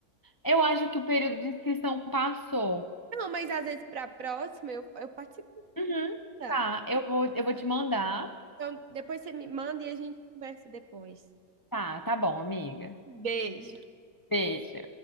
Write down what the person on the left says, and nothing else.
Eu acho que o período de inscrição passou.
Uhum.
Tá, eu vou, eu vou te mandar.
Tá, tá bom, amiga.
Beijo.